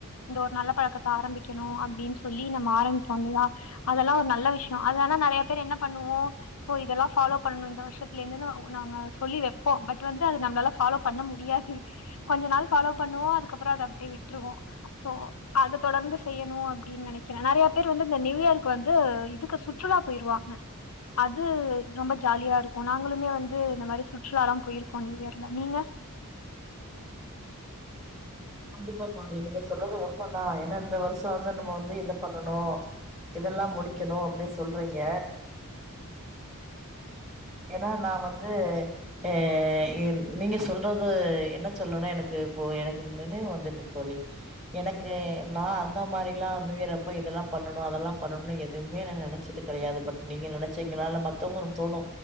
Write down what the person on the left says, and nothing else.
இந்த ஒரு நல்ல பழக்கத்த ஆரம்பிக்கணு அப்டின்னு சொல் சொல்லி நம்ம ஆரம்பிப்போ இல்லயா அதெல்லா ஒரு நல்ல விஷயொ அது ஆனா நறையா பேர் என்ன பண்ணுவோ சோ இதெல்லா ஃபாலோ பண்ணணு இந்த வருஷத்துல இருந்து நொ நாங்க சொல்லி வைப்போ பட் வந்து அது நம்மளால ஃபாலோ பண்ண முடியாது கொஞ்ச நாள் ஃபாலோ பண்ணுவோ அதுக்கப்பறோ அத அப்டியே விட்டுருவோ சோ அத தொடர்ந்து செய்யணு அப் ப்டின் நெனக்கிறே நெறயா பேர் வந்து இந்த நியூ இயர்க்கு வந்து இதுக்கு சுற்றுலா போய்ருவாங்க அது ரொம்ப ஜாலியாருக்கு நாங்களுமே வந்து இந்த மாரி சுற்றுலால்லா போயிருக்கோ நியூ இயர்ல நீங்க